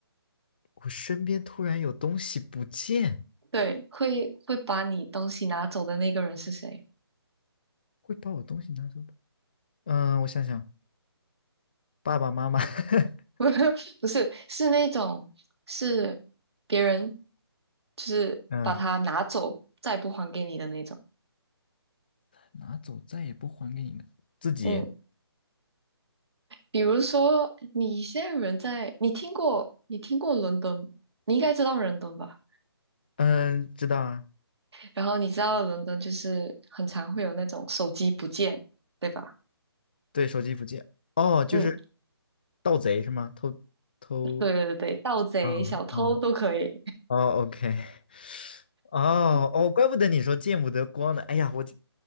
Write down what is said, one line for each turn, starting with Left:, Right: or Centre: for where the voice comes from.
Left: 我身边突然有东西不见，
Right: 对，会会把你东西拿走的那个人是谁？
Left: 会把我东西拿走的。嗯，我想想，爸爸妈妈。<laughs>
Right: <laughs> 不是，是那种是别人，就是把它拿走，
Left: 嗯。
Right: 再也不还给你的那种。
Left: 拿走再也不还给你了。自己，
Right: 嗯，比如说你现在人在，你听过你听过伦敦，你应该知道伦敦吧？
Left: 嗯，知道啊，
Right: 然后你知道伦敦就是很常会有那种手机不见，对吧？
Left: 对，手机不见，哦，就是
Right: 嗯，
Left: 盗贼是吗？偷偷，
Right: 对对对，盗贼、
Left: 啊啊
Right: 小偷都可以，
Left: 哦，OK，<laughs> 哦哦，
Right: <laughs> 但
Left: 怪不得你说见不得光呢，哎呀，我这，